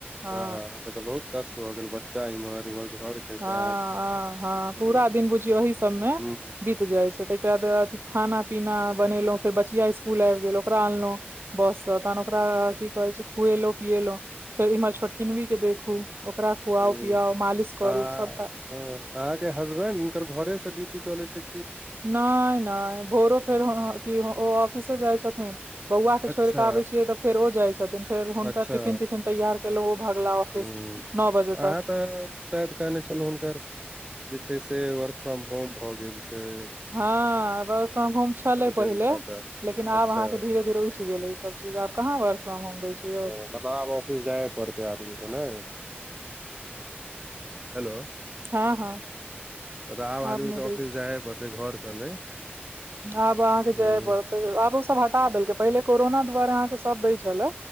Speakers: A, on the right; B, on the right.
A: हा
B: वाह अहाँके तऽ बहुत कष्ट भऽ गेल बच्चा इम्हर इम्हर घर के काज
A: हा आ हा
B: हूँ
A: पूरा दिन बुझियौ ओहि सभमे
B: हूँ
A: बीत जाय छै ताहिके बाद खाना पीना बनेलहूँ फेर बचिया इसु। स्कूल आबि गेल ओकरा आनलहुँ बस सऽ तहन ओकरा कि कहे छै खुएलहुँ पियएलहु। फेर ईम्हर छोटकिनवी के देखू ओकरा खुआ
B: हूँ
A: पियाउ मालिश। करू
B: आ
A: सबटा
B: हैं अहाँ के हसबेंड हुनकर घरे से ड्यूटी चले छैय।
A: नैय नैय भोरो फेर हॅंओ ऑफ़िस जाइ छथिन। बौआ के छोड़िक
B: अच्छा
A: के आबैय छियै तऽ फेर ओ जाय छथिन फेर हुनक
B: अच्छा
A: टफिन टफिन तैयार। पहिलो ओ भागला ऑफिस
B: हूँ
A: नओ बजे तक
B: <unintelligible> शायद कहने छलहु हुनकर जे छै स वर्क फ्रॉम होम भऽ गेल छैय
A: हा वर्क फ्रॉम होम छलैय
B: भेल
A: पहिले।
B: रहए तऽ
A: लेकिन आब
B: अच्छा
A: अहाँकेँ धीरे धीरे उठ गेलेय ई सभ चीज आब कहाँ वर्क फ्रॉम होम दैं छै यौव।
B: अ, मतलब आब ऑफिस जाय पड़तै आदमी के नै हेलो
A: हा हा
B: मतलब आब
A: हाब
B: आदमी
A: नैय
B: के ऑफिस
A: जैयछी
B: जाये पड़तै घर से नै
A: आब अहाॅंकेँ
B: हूँ
A: जाये परत। आब ओ सभ हटा देलकै पहिले कोरोना दुआारे अहाँकेँ सभ दै छले।